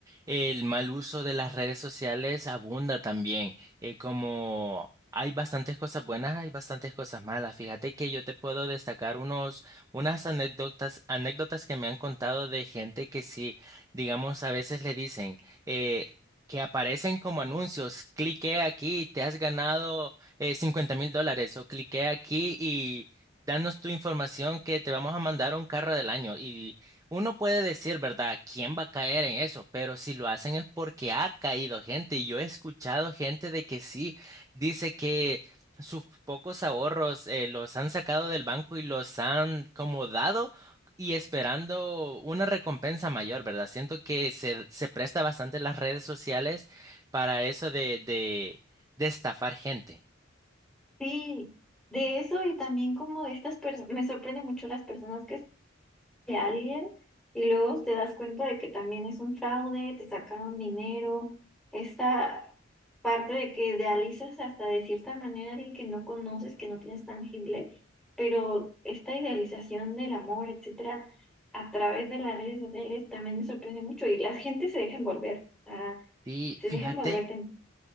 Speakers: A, on the right; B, in the centre.
A: el mal uso de las redes sociales abunda también. Eh, como hay bastantes cosas buenas, hay bastantes cosas malas. Fíjate que yo te puedo destacar unos, unas anécdotas, anécdotas que me han contado de gente que sí, digamos, a veces le dicen, eh, que aparecen como anuncios, clique aquí, te has ganado eh, cincuenta mil dólares o clique aquí y danos tu información que te vamos a mandar un carro del año. Y uno puede decir, ¿verdad? ¿Quién va a caer en eso? Pero si lo hacen es porque ha caído gente. Y yo he escuchado gente de que sí, dice que sus pocos ahorros eh, los han sacado del banco y los han como dado y esperando una recompensa mayor, ¿verdad? Siento que se, se presta bastante las redes sociales para eso de, de, de estafar gente.
B: Sí, de eso y también como de estas personas, me sorprende mucho las personas que de alguien y luego te das cuenta de que también es un fraude, te sacaron dinero, esta parte de que idealizas hasta de cierta manera a alguien que no conoces, que no tienes tangible, pero esta idealización del amor, etcétera, a través de las redes sociales también me sorprende mucho y la gente se deja envolver, ah,
A: Y
B: se
A: fíjate.
B: deja envolver. ten-